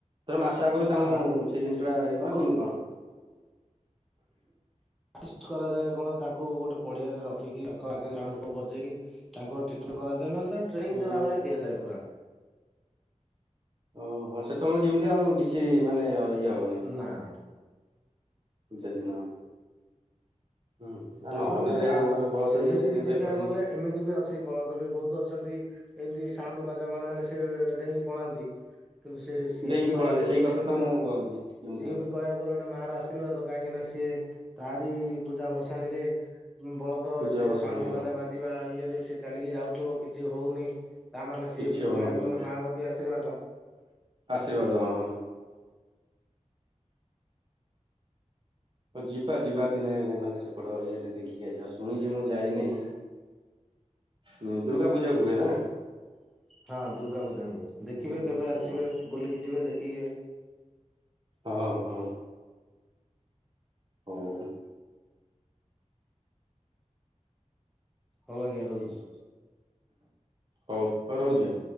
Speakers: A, on the right; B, in the centre.
A: ଧର ମାସେ ଆଗୁରୁ ତାଙ୍କୁ
B: ହଁ
A: ସେଇ ଜିନିଷ ଟା ଇଏ
B: ଆଗରୁ
A: କଣ କେମିତି କଣ?
B: ଆର୍ଷ୍ଟ କରାଯାଏ କଣ ତାଙ୍କୁ ଗୋଟେ ପଡିଆରେ ରଖିକି ତାଙ୍କ ଆଗରେ ସାଉଣ୍ଡ ଫାଉଣ୍ଡ ବଜେଇକି ତାଙ୍କ ଟ୍ରିଟମେଣ୍ଟ କରାଯାଏ ମାନେ ତାଙ୍କୁ ଟ୍ରେନିଂ
A: ହୁଁ
B: ଦେଲା ଭଳିଆ
A: ହୁଁ
B: ଦିଆଯାଏ ପୁରା।
A: ଓହୋ ସେତେବେଳକୁ ଯେମିତି ଆଉ କିଛି ମାନେ ଆଉ ଇଏ ହବନି।
B: ନାଁ।
A: ପୂଜା ଦିନ ହୁଁ ଆ
B: ତାପରେ
A: ନହେନେ
B: ବି ଆ
A: ମାନେ ବଳଦ
B: ସେମିତି
A: ଇଏରେ ଇଏ
B: ବି
A: ଗୋଟେ
B: ଦେଖିବାକୁ
A: କହିନା
B: ଗଲେ ଏମିତି ବି ଅଛି ବଳଦ ବି ବୋହୁତ ଅଛନ୍ତି। ଏମିତି ସାଉଣ୍ଡ ବାଜାବାଣ ହେଲେ ସେ ଡେଇଁକି ପଳାନ୍ତି। କିନ୍ତୁ ସେ ସିଏ
A: ଡେଇଁକି
B: ବି କହିବାକୁ
A: ପଳାନ୍ତି ସେଇ
B: ଗଲେ
A: କଥା
B: ସିଏ
A: ତ
B: ବି
A: ମୁଁ ଭାବୁଛି କେମିତି
B: ସିଏ
A: କଣ
B: ବି କହିବାକୁ ଗଲେ ଏଟା ମା ର ଆସି ଶ୍ରୀର୍ବାଦ କାହିଁକିନା ସିଏ ତାରି ପୂଜା ଭସ୍ ତାଣିରେ ବଳଦ
A: ପୂଜା
B: ଏତେ
A: ବସାଣି
B: ସାଉଣ୍ଡ
A: ହଁ
B: ବାଜା ବାଜିବା ଇଏରେ ସେ ଚାଲିକି ଯାଉଥିବ। କିଛି ହୋଉନି ତାମାନେ ସିଏ
A: କିଛି
B: ବି
A: ହଉନଥିବ
B: କହିଆକୁ ଗଲେ ମା ର ବି ଆଶୀର୍ବାଦ।
A: ଆଶୀର୍ବାଦ ହଁ। ହ ଯିବା ଯିବା ଦିନେ ମାନେ ସେପଟ ଇଏରେ ଦେଖିକି ଆସିବା ଶୁଣିଛି ମୁଁ ଯାଇନେଇଁ। ହୁଁ ଦୁର୍ଗା ପୂଜାକୁ ହୁଏ ନା?
B: ହଁ ଦୁର୍ଗା ପୂଜାକୁ ଦେଖିବେ
A: ଦୁର୍ଗା
B: କେବେ
A: ପୂଜା
B: ଆସିବେ
A: ହଁ
B: ବୁଲିକି ଯିବେ ଦେଖିକି।
A: ହଁ ହଁ। ହୋଉ।
B: ହୋଉ ଆଜ୍ଞା ରହୁଚି।
A: ହୋଉ ହୋଉ ରହୁଛି।